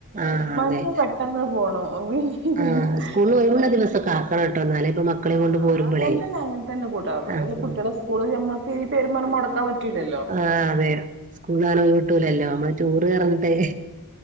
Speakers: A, on the right; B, on the right.
A: ആഹ്
B: തീര്മാൻച്ച
A: അതെ
B: പെട്ടെന്ന് പോണോം
A: ആഹ്
B: പിന്നെ
A: സ്കൂളിൽ ഒഴിവുള്ള
B: അത്
A: ദിവസൊക്കെ
B: പി
A: ആക്കണം ട്ടോ എന്നാലേ ഇപ്പൊ മക്കളെയും
B: ആഹ്
A: കൊണ്ട് പോരുമ്പളേ
B: അങ്ങൻ തന്നെ അങ്ങൻ തന്നെ കൂട്ടാ പിന്നെള്ളെ
A: ആഹ്
B: കുട്ട്യാളെ സ്കൂള് ഞമ്മക്ക് ഈ പേരും പറഞ് മൊട്ക്കാൻ പറ്റൂല്ലല്ലോ.
A: ആഹ് അതെ സ്കൂൾ ആനോട്ടൂലല്ലോ നമ്മ ടൂറ് കറന്നിട്ടെ